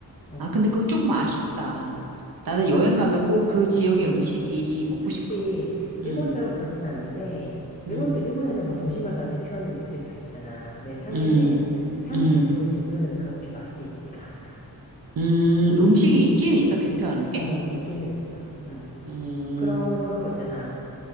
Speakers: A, on the left; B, on the right.
A: 어,
B: 아, 근데 그건 조금 아쉽다. 나는 여행 가면 꼭 그 지역의
A: 음,
B: 음식이 먹고
A: 그치.
B: 싶거든.
A: 일본처럼
B: 응,
A: 그렇진 않은데, 일본,
B: 응,
A: 일본에는 막 도시마다 대표하는 음식들이 다 있잖아. 근데 상해는,
B: 응,
A: 상해
B: 응,
A: 대표 음식은 그렇게 맛이 있지가 않아.
B: 응. 음식이
A: 음,
B: 있긴 있어, 대표하는 게?
A: 어, 있기는 있어. 음.
B: 음,
A: 그런, 그런 거 있잖아.